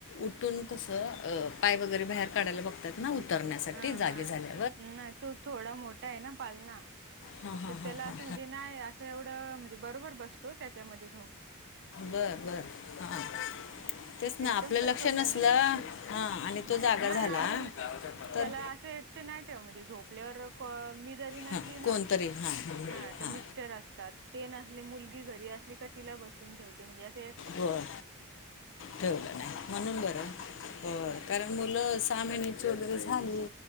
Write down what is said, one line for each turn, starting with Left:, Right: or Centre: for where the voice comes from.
Left: उठून कसं पाय वगैरे बाहेर काढायला बघतात ना, उतरण्यासाठी
Right: ह
Left: जागे
Right: हा
Left: झाले
Right: नाही तो थोडा मोठा आहे ना पालना,
Left: हां हां
Right: तर
Left: हां
Right: त्याला
Left: हां
Right: असं म्हणजे नाही असं एवढं, म्हणजे बरोबर बसतो त्याच्यामध्ये झो
Left: बरं बरं, हा. तेच
Right: एकदम
Left: ना. आपलं
Right: पण
Left: लक्ष
Right: छोटा
Left: नसलं,
Right: नाही
Left: हा आणि तो
Right: ह
Left: जागा
Right: नाही
Left: झाला
Right: आणि
Left: तर
Right: त्याला असे एकटं नाही ठेव, म्हणजे झोपल्यावर कॉ मी जरी नसली
Left: हां
Right: ना,
Left: कोणतरी हां हां
Right: हा
Left: हां
Right: तर मिस्टर अस तात. ते नसले मुलगी घरी असली का, तिला बसवून ठेवते असे
Left: बरं, ठेवलं नाही म्हणून बरं.
Right: हम्म
Left: बरं
Right: हम्म.
Left: कारण मुलं सहा महिन्याची वगैरे झाली,